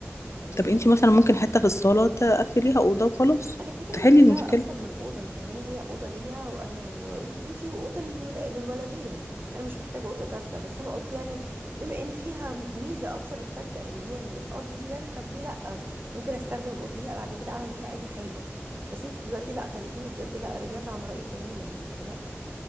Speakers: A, on the right; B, on the left.
A: فاهماني
B: طب أنت
A: لكن
B: مثلا
A: المساحة
B: ممكن حتة في الصالة تقفليها أوضة وخلاص
A: انا كده كده
B: تحلي
A: مش محتاجه
B: المشكلة
A: اكتر من اوضه انت فاهماني هي اوضه ليا وانا و- وجوزي واوضه للولا- للولدين انا مش محتاجه اوضه تالته بس انا قلت يعني بما ان فيها ميزه اكتر التالته اللي هي ال- الارض دي يعني طب ليه لا ممكن استخدم الاوضه دي بعد كده اعمل فيها اي حاجه بس انت دلوقتي لا خليتيني بجد لا رجعت عن رايي تماما يعني لا